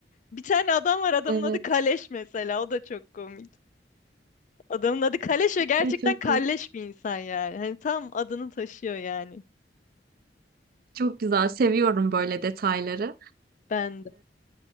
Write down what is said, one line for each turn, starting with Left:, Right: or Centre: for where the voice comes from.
Left: Bir tane adam var adamın
Right: evet
Left: adı Kaleş mesela o da çok komik. Adamın adı Kaleş ve gerçekten
Right: Ve çok
Left: kalleş bir insan yani. Hani tam adını taşıyor yani.
Right: çok güzel seviyorum böyle detayları
Left: Ben de.